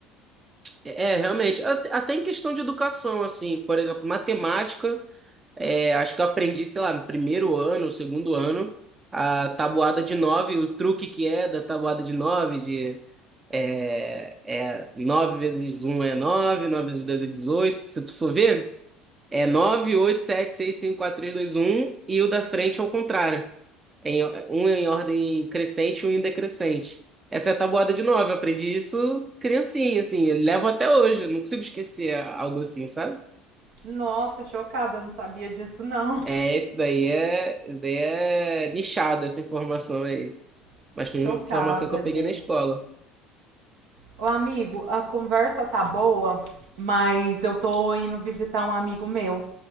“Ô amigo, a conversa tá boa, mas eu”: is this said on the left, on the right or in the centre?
Right